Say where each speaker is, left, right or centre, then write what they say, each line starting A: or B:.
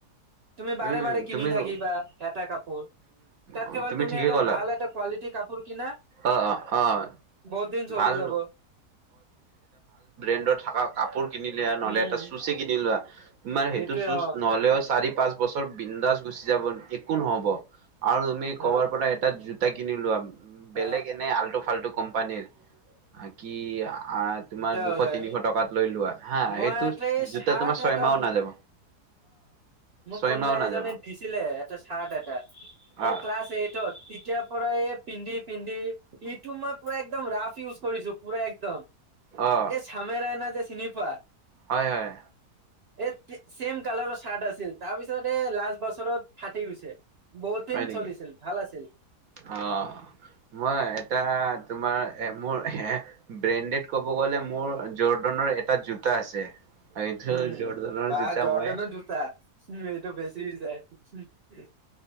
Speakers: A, on the right; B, on the right.
A: তুমি বাৰে
B: উম
A: -
B: উম
A: বাৰে কিনি
B: তুমি
A: থাকিবা,
B: উম
A: এটা কাপোৰ । তাতকে
B: উম
A: ভাল তুমি
B: ঠিকেই
A: এটা
B: ক'লা।
A: ভাল এটা কোৱালিটি কাপোৰ কিনা।
B: অ অ অ
A: বহুতদিন চলি
B: ভাল
A: যাব।
B: ণ্ডত থকা কাপোৰ কিনিলে, নহ'লে
A: উম
B: এটা চুচে কিনি লোৱা তোমাৰ সেইটো
A: এইটোৱে
B: চুচ
A: অ
B: নহ'লেও চাৰি পাঁচ বছৰ বিন্দাছ গুচি যাব, একো নহব। আৰু তুমি কবাৰ
A: অ
B: পৰা এটা জো তা কিনিলোঁ উম। বেলেগ
A: অ
B: এনে আল্টু- ফাল্টু কোম্পানীৰ, অ' কি? অ' তোমাৰ
A: তেতিয়াহ'লে
B: দুশ-তিনিশ টকাত লৈ লোৱা, হা।
A: মই
B: এইটো
A: এটা এই
B: জোতা
A: চাৰ্ট
B: তোমাৰ ছয়মাহো
A: এটা
B: নাযাব। ছয়মাহো
A: কোনবা
B: নাযাব
A: এজনে দিছিলে এটা ছাৰ্ট এটা।
B: অ
A: এই ক্লাছ এইটত। তেতিয়াৰ পৰায়ে পিন্ধি - পিন্ধি, ইটো মই পুৰা একদম ৰাফ ইউজ কৰিছোঁ, পুৰা একদম।
B: অ
A: চামেয় ৰাইনা যে চিনি পোৱা?
B: হয় হয়।
A: এ ছেম কালাৰৰ চাৰ্ট আছিল। তাৰ পিছতে, লাষ্ট বছৰত ফাটি গৈছে। বহুত দিন
B: হয় নেকি,
A: চলিছিল ভাল আছিল
B: অ মই এটা তোমাৰ এ মোৰ ব্ৰেণ্ডেড ক'ব গলে, মোৰ জৰ্ডনৰ এটা জোতা আছে। এইটো
A: উম
B: জৰ্ডনৰ
A: বা
B: জোতা
A: জৰ্ডানৰ
B: মই
A: জুতা উম এইটো বেছি হৈ যায়।